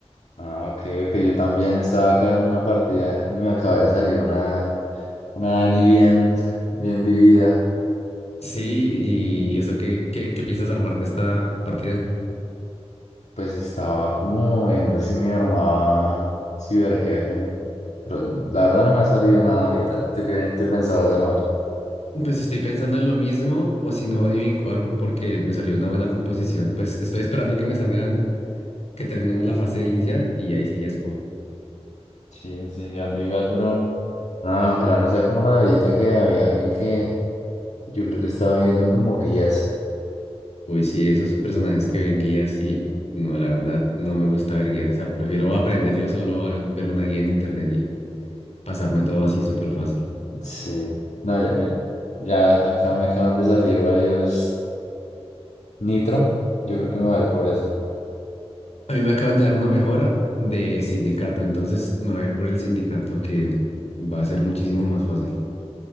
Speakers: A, on the left; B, on the left.
A: Ah, ok, ok. Yo también estaba acá en una partida y me acaba de salir una, una Dani bien, bien vivida.
B: Sí, y eso, ¿qué, qué, qué piensas armarte esta partida?
A: Pues estaba como viendo si me armaba ciberjefe. Pero la verdad no me ha salido nada ahorita. ¿Tú qué te pensabas armar?
B: Pues estoy pensando en lo mismo, o si no, Divine Core, porque me salió una buena composición. Pues estoy esperando que me salgan, que terminemos la fase inicial y ahí sí ya escojo.
A: Sí, sí, yo ando igual, bro. No, ojalá no sea como la de ahorita que había alguien que Yo creo que estaba viendo como guías.
B: Uy, sí, esos personajes que ven guías, sí. No, la verdad, no me gusta ver guías. O sea, prefiero aprender yo solo a ver una guía en internet y pasarme todo así súper fácil.
A: Sí. No, ya, mira, ya acá me acaban de salir varios nitro. Yo creo que me voy a ver por eso.
B: A mí me acaban de dar una mejora de sindicato, entonces me voy a ir por el sindicato que va a ser muchísimo más fácil.